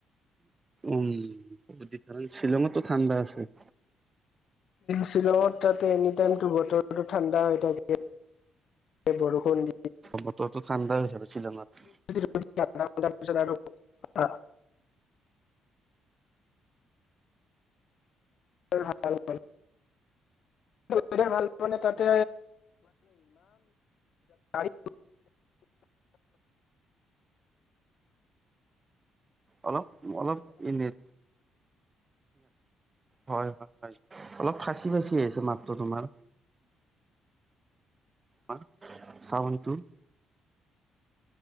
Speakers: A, on the right; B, on the left.
A: উম, কাৰণ শ্বিলঙতটো ঠাণ্ডা আছে।
B: শ্বিলঙত তাত এনি টাইমটো বতৰটো ঠাণ্ডা হৈ থাকে। এই বৰষূণ
A: বতৰটোতো ঠাণ্ডা হৈ থাকে শ্বিলঙত।
B: <unintelligible> <inaudible> <unintelligible> ভাল পোৱা নে তাতে <unintelligible>
A: অলপ অলপ এ নেট হয় হয়, অলপ ফাচি ফাচি আহিছে মাতটো তোমাৰ। তোমাৰ চাউণ্ডটো।